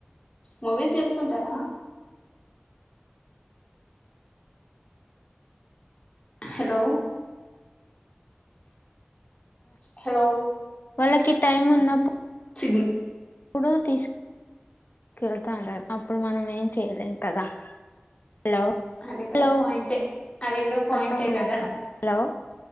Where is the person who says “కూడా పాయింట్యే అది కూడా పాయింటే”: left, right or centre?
Left